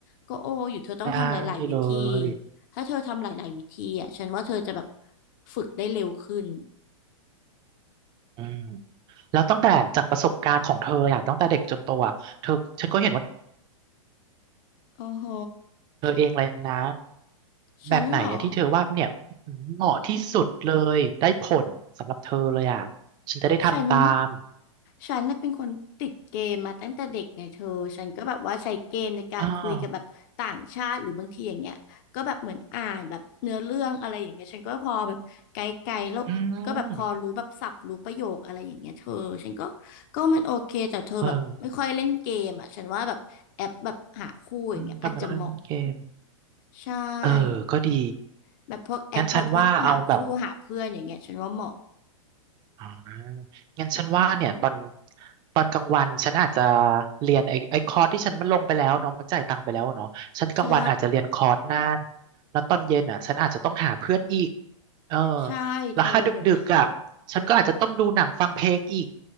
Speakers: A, on the left; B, on the right.
A: ก็โออยู่เธอต้องทำหลายๆวิธี
B: ได้เลย
A: ถ้าเธอทำหลายๆวิธีอ่ะฉันว่าเธอจะแบบฝึกได้เร็วขึ้น
B: อืมแล้วตั้งแต่จากประสบการณ์ของเธออะตั้งแต่เด็กจนโตอะเธอฉันก็เห็นว่า
A: โอ้โห
B: เธอเองเลยนะ
A: ฉันเหรอ
B: แบบไหนอะที่เธอว่าเนี่ยเหมาะที่สุดเลยได้ผลสำหรับเธอเลยอะฉันจะได้ทำตาม
A: ฉันฉันน่ะเป็นคนติดเกมมาตั้งแต่เด็กไงเธอฉันก็แบบว่าใช้เกมในการคุยกับแบบต่างชาติหรือบางทีอย่างเงี้ยก็แบบเหมือนอ่านแบบเนื้อเรื่องอะไรอย่างเงี้ยฉันก็พอแบบไกลๆแล้วก็แบบพอรู้แบบศัพท์รู้ประโยคอะไรอย่างเงี้ยเธอฉันก็
B: อ่าอืม
A: ก็มันโอเคแต่เธอแบบไม่ค่อยเล่นเกมอ่ะฉันว่าแบบแอปแบบหาคู่อย่างเงี้ยอาจจะเหมาะ
B: เออ อืมกรรมการเกม
A: ใช่
B: เออก็ดี
A: แบบพวกแอปแบบพวกหาคู่หาเพื่อนอย่างเงี้ยฉันว่าเหมาะ
B: งั้นฉันว่าเอาแบบอ่างั้นฉันว่าเนี่ยตอนตอนกลางวันฉันอาจจะเรียนไอ้ไอ้คอร์สที่ฉันมันลงไปแล้วเนาะมันจ่ายตังค์ไปแล้วเนาะฉันกลางวันอาจจะเรียนคอร์สนั่น
A: ใช่
B: แล้วตอนเย็นอ่ะฉันอาจจะต้องหาเพื่อนอีกเออ
A: ใช่เธอเดี๋ยวนี้เยอะ
B: แล้วถ้าดึกๆอ่ะฉันก็อาจจะต้องดูหนังฟังเพลงอีก